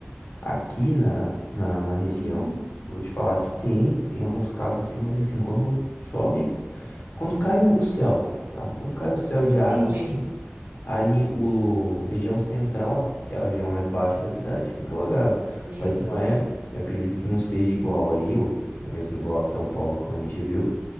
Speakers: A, on the left (about 55°); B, on the right (about 55°).
A: Aqui
B: É,
A: na, na, na região,
B: uhum.
A: eu vou te falar que tem, tem alguns casos assim, mas assim, quando chove, quando cai o o céu, tá? Quando cai o céu de
B: Entendi.
A: água aqui, Aí o região central, que é a região mais baixa da cidade, fica alagado.
B: Sim.
A: Mas não é, eu acredito que não seja igual aí, ou é mesmo igual a São Paulo, como a gente viu,